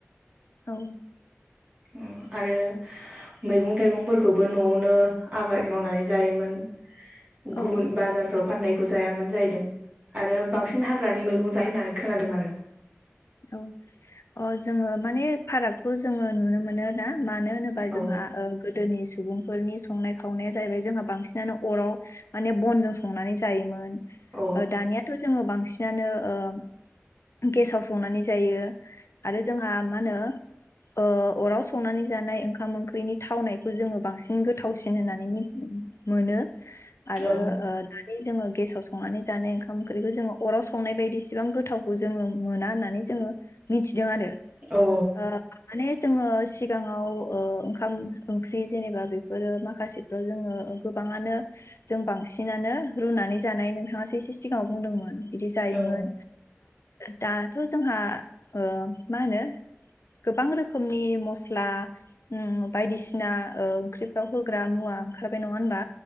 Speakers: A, on the left (about 70°); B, on the right (about 35°).
A: औ
B: ओ आरो मैगं थाइगंफोरखौबो न'आवनो आबाद मावनानै जायोमोन
A: औ
B: गुन बाजारफ्राव फाननाय बेखौ जायामोन जाहैदों आरो बांसिन
A: औ
B: हाग्रानि मैगं जायो होननानै खोनादों आरो
A: औ अ जोङो माने फारागखौ जोङो नुनो मोनो ना मानो होनोबा जोंहा
B: औ
A: ओ गोदोनि सुबुंफोरनि संनाय खावनाया जाहैबाय जोंहा बांसिनानो अराव माने बनजों संनानै जायोमोन
B: औ
A: दानियाथ' जोङो बांसिन बांसिनानो ओ गेसआव संनानै जायो आरो जोंहा मा होनो ओ अराव संनानै जानाय ओंखाम ओंख्रिनि थावनायखौ जोङो बांसिन गोथावसिन होननानै मिन मोनो आरो
B: औ
A: दानि जो गेसाव संनानै जानाय ओंखाम ओंख्रिखौ जोङो अराव संनाय बायदि इसेबां गोथाव जोङो मोना होनना नानै जोङो मिथिदों आरो
B: औ
A: ओ माने जोङो सिगाङाव ओ ओंखाम ओंख्रि जेनेबा बेफोरो माखासेफ्राव जोङो गोबाङानो जों बांसिनानो रुनानै जानाय नोंथाङासो एसे सिगाङाव बुंदोंमोन बिदि जायोमोन
B: औ
A: दा थ' जोंहा ओ मा होनो गोबां रोखोमनि मस्ला उम बायदिसिना ओ ओंख्रिफ्राव होग्रा मुवा ओंखारबाय नङा होनबा